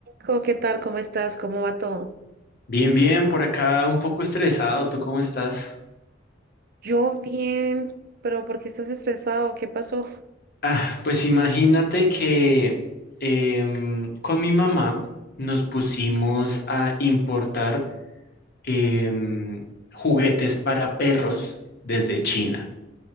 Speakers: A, on the right (about 55°); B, on the left (about 55°).
A: Co- ¿Qué tal? ¿Cómo estás? ¿Cómo va todo?
B: Bien, bien, por acá un poco estresado. ¿Tú cómo estás?
A: Yo bien, pero ¿por qué estás estresado? ¿Qué pasó?
B: Ah, pues imagínate que em, con mi mamá nos pusimos a importar em, juguetes para perros desde China.